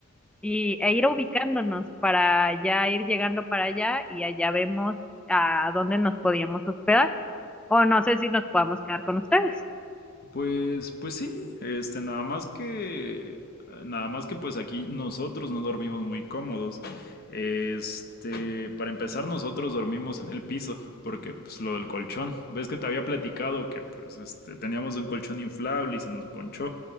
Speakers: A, in the centre; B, on the left.
A: y, e ir ubicándonos para ya ir llegando para allá y allá vemos a dónde nos podíamos hospedar. O no sé si nos podamos quedar con ustedes.
B: Pues, pues sí, este, nada más que, nada más que pues aquí nosotros no dormimos muy cómodos. Este, para empezar nosotros dormimos en el piso, porque pues lo del colchón. Ves que te había platicado que pues este, teníamos un colchón inflable y se nos ponchó.